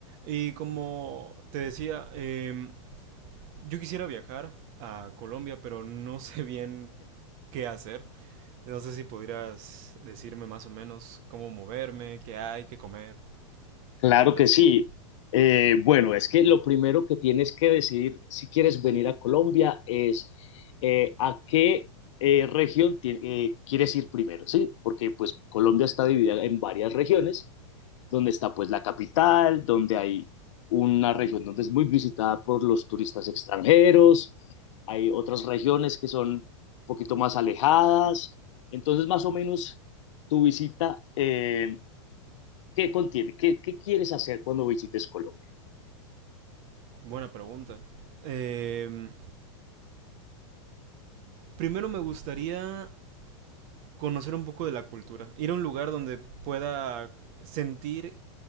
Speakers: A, on the right; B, on the left.
A: Y como te decía, eh, yo quisiera viajar a Colombia, pero no <laughs> sé bien qué hacer. No sé si podrías decirme más o menos cómo moverme, qué hay, qué comer.
B: Claro
A: ¿Me cuentas?
B: que sí. Eh, bueno, es que lo primero que tienes que decidir si quieres venir a Colombia es eh, a qué eh, región ti- eh, quieres ir primero, ¿sí? Porque pues Colombia está dividida en varias regiones, donde está pues la capital, donde hay una región donde es muy visitada por los turistas extranjeros, hay otras regiones que son un poquito más alejadas, entonces más o menos tu visita eh, ¿Qué contiene? ¿Qué, qué quieres hacer cuando visites Colombia?
A: Buena pregunta. Eh, primero me gustaría conocer un poco de la cultura, ir a un lugar donde pueda sentir